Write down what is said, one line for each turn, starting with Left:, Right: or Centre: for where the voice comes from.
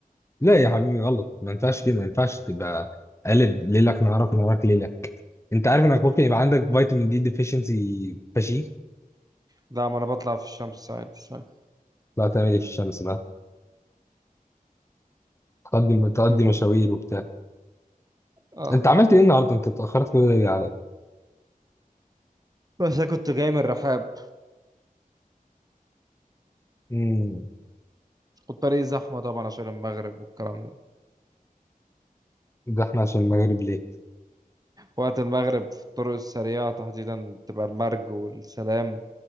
Left: لا يا حبيبي غلط ما ينفعش كده ما ينفعش تبقى قالب ليلك نهارك نهارك ليلك انت عارف انك ممكن يبقى عندك فيتامين دي ديفيشنسي فشيخ
Right: لا ما انا بطلع في الشمس عادي صح
Left: لا تعمل ايه في الشمس بقى تقضي تقضي
Right: مم.
Left: مشاوير وبتاع
Right: اه
Left: انت عملت ايه النهارده انت اتاخرت كل ده ليه عليا
Right: بس انا كنت جاي من الرحاب
Left: امم
Right: والطريق زحمه طبعا عشان المغرب والكلام ده
Left: ده احنا عشان المغرب ليه
Right: وقت المغرب في الطرق السريعه تحديدا بتبقى المرج والسلام